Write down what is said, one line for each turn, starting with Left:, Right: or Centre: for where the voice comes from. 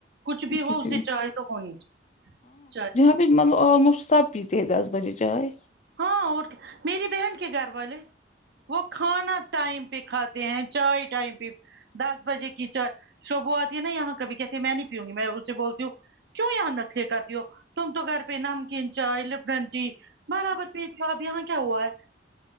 Right: کچھ بھی
Left: کسی
Right: ہو اسے چاہے تو ہونی چاہیے
Left: نہیں مطلب ہم لوگ سب پیتے ہے دس بجے چائے
Right: ہاں اور میری بہن کے گھر والے وہ کھانا ٹائم پہ کھاتے ہیں چائے ٹائم پہ دس بجے کی چائے شببو آتی ہے نا یہاں کبھی کہتے ہیں میں نہیں پیوںگی میں اسے بولتی ہوں کیوں یہاں نخرے کرتی ہو تم تو گھر پہ نمکین چائے لپٹن ٹی برابر پیتی ہو اب یہاں کیا ہوا ہے